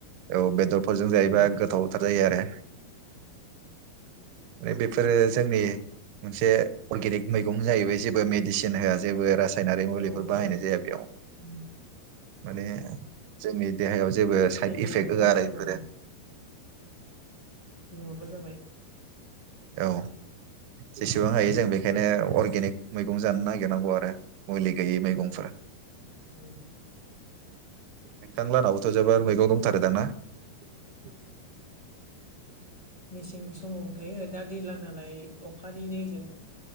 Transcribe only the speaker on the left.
उम
औ
औ औ
औ
उम
देहायाबो
मोजां
ओ माबा जाबाय
औ औ
मेसें समाव थायो दा दैज्लां नालाय अखानि दैजों